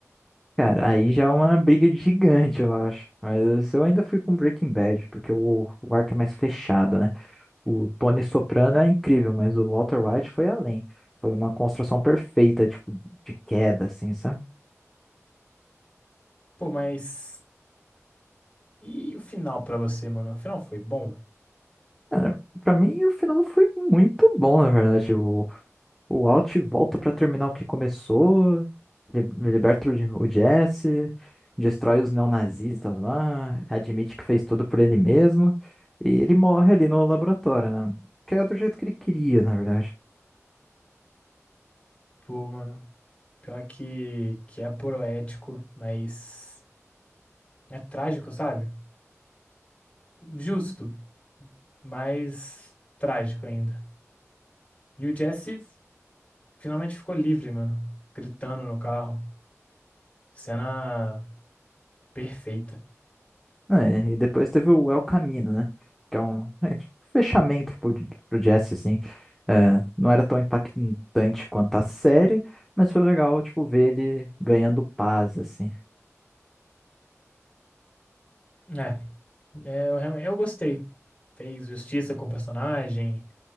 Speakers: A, in the centre; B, on the left.
A: Cara, aí já é uma briga de gigante, eu acho. Mas eu ainda fui com Breaking Bad, porque o, o arco é mais fechado, né? O Tony Soprano é incrível, mas o Walter White foi além. Foi uma construção perfeita, tipo, de queda, assim, sabe?
B: Pô, mas. E o final pra você, mano? O final foi bom?
A: Cara, pra mim o final foi muito bom, na verdade. O, o Alt volta pra terminar o que começou, li- liberta o, J- o Jesse, destrói os neonazistas lá, admite que fez tudo por ele mesmo, e ele morre ali no laboratório, né? Que é do jeito que ele queria, na verdade.
B: Pô, mano. Pior que, que é poético, mas. É trágico, sabe? Justo, mas trágico ainda. E o Jesse finalmente ficou livre, mano. Gritando no carro. Cena perfeita.
A: Não, é, e depois teve o El Camino, né? Que é um, <laughs> é, tipo, um fechamento pro, pro Jesse, assim. É, não era tão impactante quanto a série, mas foi legal, tipo, ver ele ganhando paz, assim.
B: É, é, eu realmente eu gostei. Fez justiça com o personagem.